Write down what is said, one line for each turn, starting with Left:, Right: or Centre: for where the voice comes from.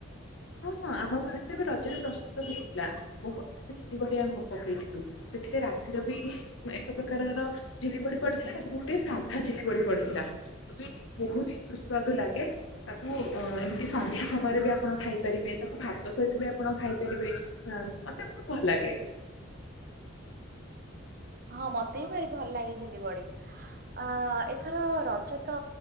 Left: ହଁ ହଁ ଆମ ଘରେ ତ ଏବେ ରଜରେ ପ୍ରସ୍ତୁତ ହେଇଥିଲା। ବହୁତ ସାରା ଚିଲି ବଡ଼ି ଆମେ ପକେଇଥିଲୁ ସେଥିରେ ରାଶିର ବି ଏକ ପ୍ରକାରର ଝିଲି ବଡି ପଡିଥିଲା ଗୋଟେ ସାଧା ଝିଲି ବଡି ପଡ଼ିଥିଲା। ଦୁଇଟି ବହୁତ ହି ସୁସ୍ୱଦୁ ଲାଗେ ତାକୁ ଅ ଏମିତି ସନ୍ଧ୍ୟା ସମୟରେ ବି ଆପଣ ଖାଇ ପରିବେ ତାକୁ ଭାତ ସହିତ ବି ଆପଣ ଖାଇପାରିବେ ମତେ ବହୁତ ଭଲ ଲାଗେ।
Right: ହଁ ମତେ ବି ଭାରି ଭଲ ଲାଗେ ଝିଲି ବଡ଼ି। ଅ ଏଥର ରଜ ତ